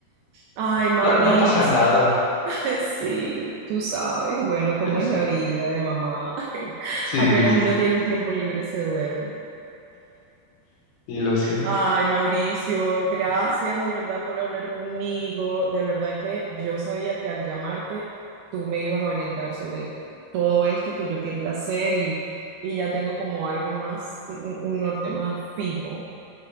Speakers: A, on the right; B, on the left.
A: Ay, Mauricio,
B: no, no pasa nada,
A: <laughs> sí, tú sabes, bueno, cómo
B: ya
A: es
B: sé.
A: la vida de mamá. <laughs>
B: Sí,
A: Apenas
B: sí, sí,
A: uno tiene un tiempo libre, se duerme.
B: sí, lo sé.
A: Ay, Mauricio, gracias de verdad por hablar conmigo. De verdad que yo sabía que al llamarte tú me ibas a orientar sobre todo esto que yo quería hacer y, y ya tengo como algo más, un, un norte más fijo.